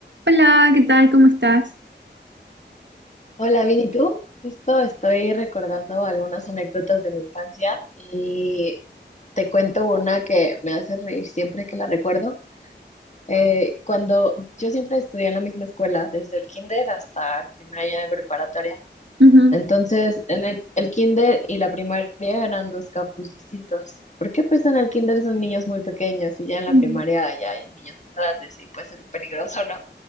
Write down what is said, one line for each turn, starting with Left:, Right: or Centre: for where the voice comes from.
Right: Hola, ¿qué tal? ¿Cómo estás?
Left: Hola, bien, ¿y tú? Justo estoy recordando algunas anécdotas de mi infancia y te cuento una que me hace reír siempre que la recuerdo. Eh, cuando yo siempre estudié en la misma escuela, desde el kinder hasta el primer año de preparatoria.
Right: Ujú,
Left: Entonces, en el, el kinder y la primaria eran dos campus distintos. Porque pues en el kinder son niños muy pequeños y ya en la
Right: Mm,
Left: primaria ya hay niños grandes y puede ser peligroso, ¿no?